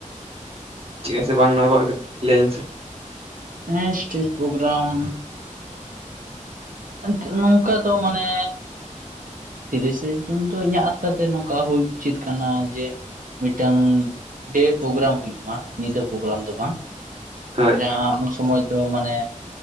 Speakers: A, on the right; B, on the right.
A: ᱴᱷᱤᱠ ᱟᱪᱮ ᱵᱟᱝ ᱞᱟᱹᱭ ᱢᱮ ᱥᱮ ᱾
B: ᱦᱮᱸ ᱥᱴᱮᱡᱽ ᱯᱨᱳᱜᱽᱨᱟᱢ, <unintelligible> ᱱᱚᱝᱠᱟ ᱫᱚ ᱢᱟᱱᱮ ᱛᱤᱨᱤᱥᱮ ᱡᱩᱱ ᱫᱚ ᱤᱧᱟᱹᱜ ᱟᱥᱟ ᱛᱮ ᱱᱚᱝᱠᱟ ᱦᱩᱭ ᱩᱪᱤᱛ ᱠᱟᱱᱟ ᱡᱮ, ᱢᱤᱫᱴᱟᱝ ᱰᱮᱹ ᱯᱨᱳᱜᱨᱟᱢ ᱦᱩᱭᱩᱜ ᱢᱟ ᱧᱤᱫᱟᱹ ᱯᱨᱳᱜᱨᱟᱢ ᱫᱚ ᱵᱟᱝ᱾
A: ᱦᱳᱭ
B: ᱡᱟᱦᱟᱸ ᱩᱱ ᱥᱚᱢᱚᱭ ᱫᱚ ᱢᱟᱱᱮ